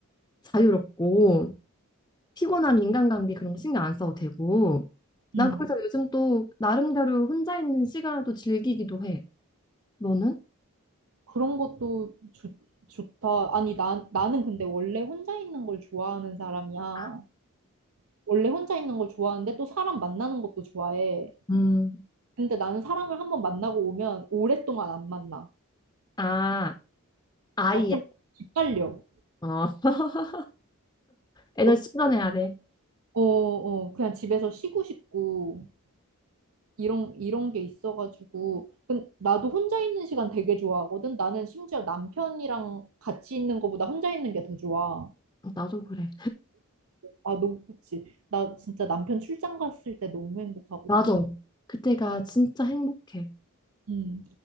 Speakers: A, on the left (about 15°); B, on the right (about 70°).
A: 자유롭고 피곤한 인간관계 그런 거 신경 안 써도 되고. 난
B: 음.
A: 그래서 요즘 또 나름대로 혼자 있는 시간을 또 즐기기도 해. 너는?
B: 그런 것도 좋 좋다. 아니, 나, 나는 근데 원래 혼자 있는 걸 좋아하는 사람이야.
A: 아,
B: 원래 혼자 있는 걸 좋아하는데 또 사람 만나는 것도 좋아해.
A: 음,
B: 근데 나는 사람을 한번 만나고 오면 오랫동안 안 만나.
A: 아, 아이야.
B: 막 좀 기빨려.
A: 어. <laughs> 에너지
B: 어,
A: 충전해야 돼.
B: 어, 어, 그냥 집에서 쉬고 싶고, 이런, 이런 게 있어가지고. 근 나도 혼자 있는 시간 되게 좋아하거든. 나는 심지어 남편이랑 같이 있는 것보다 혼자 있는 게 더 좋아.
A: 나도 그래.
B: 아, 너무 좋지 나 진짜 남편 출장 갔을 때 너무 행복하거든.
A: 맞아. 그때가 진짜 행복해.
B: 음.